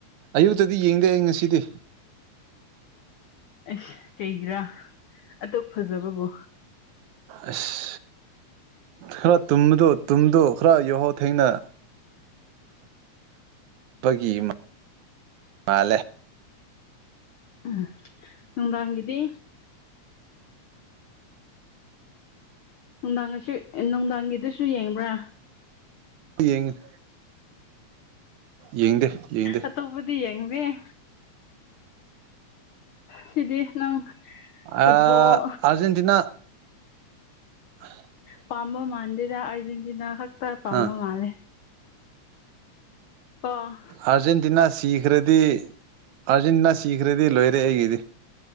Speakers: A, on the right (about 80°); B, on the left (about 85°).
A: ꯑꯌꯨꯛꯇꯗꯤ ꯌꯦꯡꯗꯦ ꯑꯩ ꯉꯁꯤꯗꯤ
B: ꯑꯁ ꯀꯩꯒꯤꯔꯥ ꯑꯇꯣ ꯐꯖꯕꯕꯨ
A: ꯑꯁ ꯈꯔ ꯇꯨꯝꯕꯗ ꯇꯨꯝꯗ ꯈꯔ ꯌꯍꯧ ꯊꯦꯡꯅ ꯄꯒꯤ ꯃꯥꯜꯂꯦ
B: ꯎꯝ ꯅꯨꯡꯗꯥꯡꯒꯤꯗꯤ ꯅꯨꯡꯗꯥꯡ ꯑꯁ ꯅꯨꯡꯗꯥꯡꯒꯤꯗꯨꯁꯨ ꯌꯦꯡꯕ꯭ꯔꯥ
A: ꯌꯦꯡꯉ ꯌꯦꯡꯗꯦ ꯌꯦꯡꯗꯦ
B: ꯑꯇꯣꯞꯄꯗꯤ ꯌꯦꯡꯅꯦꯦ ꯁꯤꯗꯤ ꯅꯪ ꯐꯨꯠꯕꯣꯜ
A: ꯑꯥ ꯑꯥꯔꯖꯦꯟꯇꯤꯅꯥ <unintelligible>
B: ꯄꯥꯝꯕ ꯃꯥꯥꯟꯗꯦꯗ ꯑꯔꯖꯦꯟꯇꯤꯅꯥ ꯈꯛꯇ ꯄꯥꯝꯕ
A: ꯑꯥ
B: ꯃꯥꯥꯟꯂꯦ ꯑ
A: ꯑꯥꯔꯖꯦꯟꯇꯤꯅꯥ ꯁꯤꯈ꯭ꯔꯗꯤ ꯑꯥꯔꯖꯦꯟꯇꯤꯅꯥ ꯁꯤꯈ꯭ꯔꯗꯤ ꯂꯣꯏꯔꯦ ꯑꯩꯒꯤꯗꯤ